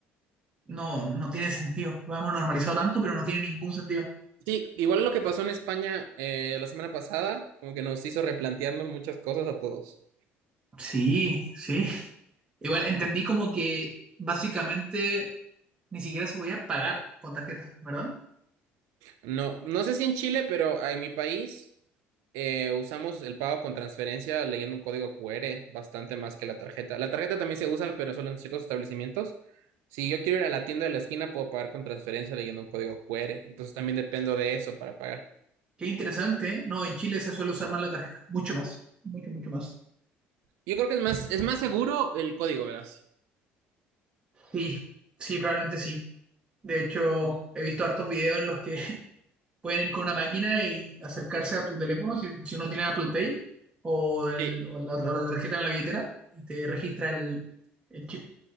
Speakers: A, on the right; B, on the right.
A: No, no tiene sentido. Lo hemos normalizado tanto, pero no tiene ningún sentido.
B: Sí, igual lo que pasó en España eh, la semana pasada, como que nos hizo replantearnos muchas cosas a todos.
A: Sí, sí. <laughs> Igual entendí como que básicamente ni siquiera se podía pagar con tarjeta, ¿verdad?
B: No, no sé si en Chile, pero en mi país eh, usamos el pago con transferencia leyendo un código QR bastante más que la tarjeta. La tarjeta también se usa, pero solo en ciertos establecimientos. Si yo quiero ir a la tienda de la esquina, puedo pagar con transferencia leyendo un código QR. Entonces también dependo de eso para pagar.
A: Qué interesante, ¿eh? No, en Chile se suele usar más la tarjeta, mucho más, mucho, mucho más.
B: Yo creo que es más, es más seguro el código, verás.
A: Sí, sí, probablemente sí. De hecho,
B: Ujú.
A: he visto hartos videos en los que <laughs> pueden ir con una máquina y acercarse a tu teléfono, si, si uno tiene Apple Pay o, el-
B: Sí,
A: o la, la tarjeta en la billetera, y te registra el, el chip,